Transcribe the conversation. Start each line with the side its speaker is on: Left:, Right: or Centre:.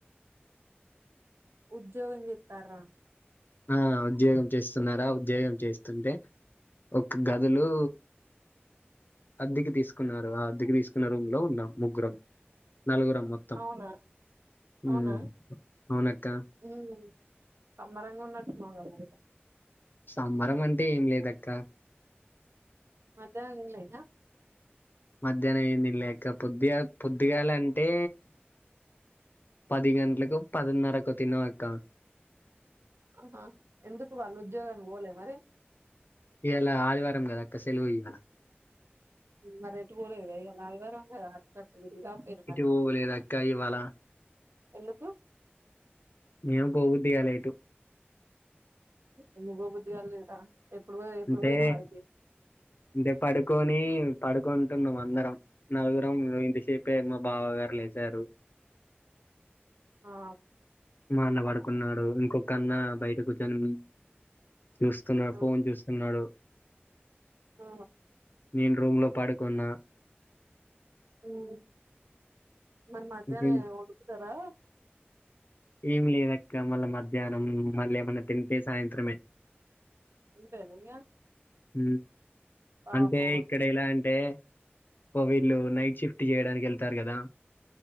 Right: ఉద్యోగం జేత్తర
Left: ఆ ఉద్యోగం చేస్తున్నారా ఉద్యోగం చేస్తుంటే ఒక గదులు అద్దికి తీసుకున్నారు ఆ అద్దికి తీసుకున్న రూమ్ లో ఉన్నాం ముగ్గురం నలుగురం మొ త్తం
Right: అవునా
Left: ఉమ్
Right: అవునా
Left: అవునక్క
Right: ఉమ్ సంమ్మరంగ ఉన్నట్టునవు గదా ఇగ
Left: సంబరం అంటే ఏం లేదక్క
Right: మధ్యానం తినలే ఇంగ
Left: మధ్యానం ఏం తినలే అక్క పొద్దిగా పొద్దిగాలంటే పది గంటలకో పదిన్నరకు తిన్నం అక్క
Right: ఆహా ఎందుకు వాళ్ళు ఉద్యోగానికి పోలే మరి
Left: ఇయాల ఆదివారం కదా అక్క సెలువు ఇవాళ
Right: మరేటు పోలేదు గద ఇయాల ఆదివారం అట్టట తిరిగిరాపోయిరు
Left: ఎటు పోలేదు అక్క ఇవాళ
Right: ఎందుకు
Left: ఏమో పోబుద్దిగాలే ఎటు
Right: ఎందుకుపోబుద్ది కాలేదు రా ఎప్పుడు పో ఎప్పుడు
Left: అంటే
Right: పోయినవు ఆడికి
Left: అంటే పడుకోని పడుకుంటున్నాం అందరం నలుగురం ఇంతసేపే మా బావ గారు లేచరు
Right: ఆ
Left: <unintelligible> పడుకున్నాడు ఇంకొకన్న బయట కూర్చొని చూస్తున్న
Right: ఆ
Left: ఫోన్ చూస్తున్నాడు
Right: ఆ
Left: నేను రూమ్లో పడుకున్నా
Right: ఉమ్ మరి మధ్యానం
Left: ఇంకేం-
Right: వండుకుంటరా
Left: ఏమి లేదక్క మళ్ళ మధ్యానం మళ్ళీ ఏమన్నా తింటే సాయింత్రమే
Right: అంతేన ఇగ
Left: ఉమ్
Right: పాపం
Left: అంటే ఇ ఎలా అంటే ఒక వీళ్ళు నైట్ షిఫ్ట్ చేయడానికి వెళ్తారు కదా